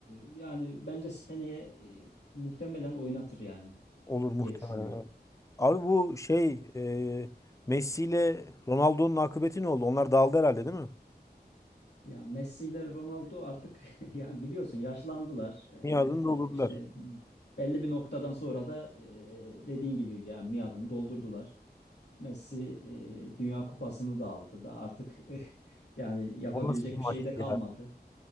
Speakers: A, on the left; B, on the left.
A: yani bence seneye e, muhtemelen oynatır yani
B: Olur muhtemelen.
A: diye düşünüyorum.
B: evet. Abi bu şey e, Messi ile Ronaldo'nun akıbeti ne oldu? Onlar dağıldı herhalde değil mi?
A: Ya Messi ile Ronaldo artık <laughs> yani biliyorsun yaşlandılar. Ee,
B: Miadını doldurdular.
A: işte belli bir noktadan sonra da e, dediğin gibi yani miadını doldurdular. Messi e, Dünya Kupası'nı da aldı da artık <laughs> yani yapabilecek
B: O nasıl bir maçtı
A: bir şey de kalmadı.
B: ya?